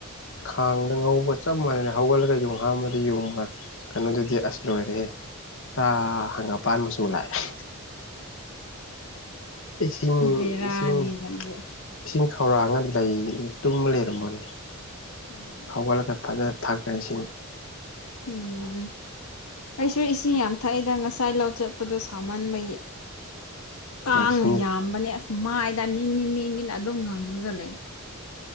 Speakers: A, on the left; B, on the left.
A: ꯈꯥꯡꯗ ꯉꯧꯕꯒ ꯆꯞ ꯃꯥꯟꯅꯩꯅ ꯍꯧꯒꯠꯂꯒ ꯌꯨꯡ ꯍꯥꯟꯕꯗ ꯌꯨꯡ <inaudible> ꯀꯩꯅꯣꯗꯨꯗꯤ ꯑꯁ ꯂꯣꯏꯔꯦ ꯍ ꯍꯪꯒꯥꯄ ꯃꯁꯨꯨ ꯂꯥꯛꯑꯦ ꯏꯁꯤꯡ-ꯏꯁꯤꯡ
B: ꯕꯦꯔꯥꯅꯤ ꯅꯪꯁꯨ
A: ꯏꯁꯤꯡ ꯈꯧꯔꯥꯡꯅ ꯇꯨꯝꯕ ꯂꯩꯔꯝꯃꯅꯦ
B: ꯎꯝ
A: ꯍꯧꯒꯠꯂꯒ ꯐꯖꯅ ꯊꯛꯈ꯭ꯔ‌ꯦ ꯏꯁꯤꯡ
B: ꯎꯝ ꯑꯩꯁꯨ ꯏꯁꯤꯡ ꯌꯥꯝ ꯊꯛꯏꯗ ꯉꯁꯥꯏ ꯂꯆꯠ ꯠꯄꯗꯣ ꯁꯥꯝꯃꯟꯕꯒꯤ ꯀꯥꯡꯅ
A: ꯁꯤꯡ
B: ꯌꯥꯝ ꯝꯕꯅꯦ ꯑꯁ ꯃꯥꯏꯗ ꯅꯤꯅꯤ-ꯅꯤꯅꯤ ꯑꯗꯨꯝ ꯉꯪꯡꯉꯒ ꯂꯩ